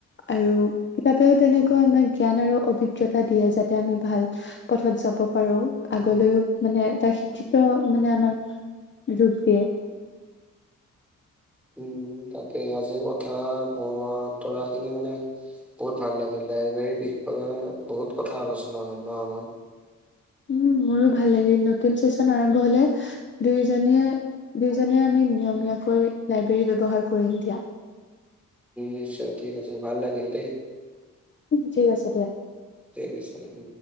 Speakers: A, on the left; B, in the centre.
A: আৰু কিতাপেও তেনেকুৱা
B: উম,
A: আমাক জ্ঞান আৰু অভিজ্ঞতা দিয়ে, যাতে আমি ভাল পথত যাব পাৰো, আগলৈও মানে এটা শিক্ষিত মানে আমাক <unintelligible> দিয়ে।
B: উম, উম, তাকেই, আজিৰ কথা বৰ তৰাখিনি মানে বহুত ভাল লাগিলে, <unintelligible> বিষয় বহুত কথা আলোচনা হ'ল ন আমাৰ।
A: উম, মোৰো ভাল লাগিল, নতুন চেচন আৰম্ভ হ'লে দুয়োজনীয়ে দুইজনে আমি নিয়মীয়াকৈ লাইব্ৰেৰী ব্যৱহাৰ কৰিম দিয়া।
B: নিশ্চয়, ঠিক আছে ভাল লাগিল দেই।
A: ঠিক আছে দিয়া।
B: ঠিক আছে হ'ব।